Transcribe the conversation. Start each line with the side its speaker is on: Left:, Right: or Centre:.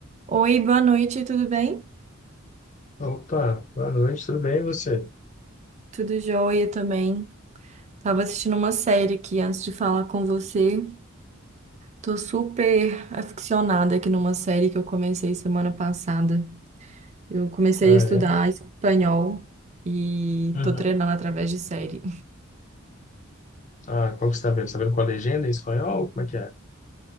Right: Oi, boa noite, tudo bem?
Left: Opa, boa noite, tudo bem e você?
Right: Tudo jóia também. Tava assistindo uma série aqui antes de falar com você. Tô super aficionada aqui numa série que eu comecei semana passada. Eu comecei
Left: Ah,
Right: a estudar
Left: é?
Right: espanhol e
Left: Uhum.
Right: tô treinando através de série.
Left: Ah, qual que você está vendo? Você está vendo com a legenda em espanhol? Como é que é?